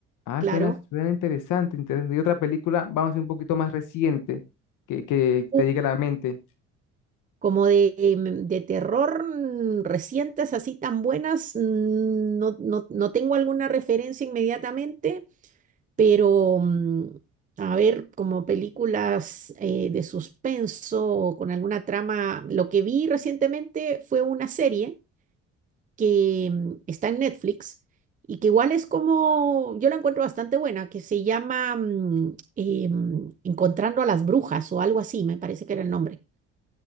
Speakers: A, on the left; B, on the right.
A: Ah,
B: claro.
A: suena, suena interesante, interesante. Y otra película, vamos a decir, un poquito más reciente, que, que
B: Uf,
A: te llegue a la mente.
B: Como de, em, de terror mm, recientes, así tan buenas, mm, no, no, no tengo alguna referencia inmediatamente Pero, mm, a ver, como películas eh, de suspenso o con alguna trama, lo que vi recientemente fue una serie que mm, está en Netflix y que igual es como, yo la encuentro bastante buena, que se llama mm, eh, mm, Encontrando a las Brujas o algo así, me parece que era el nombre.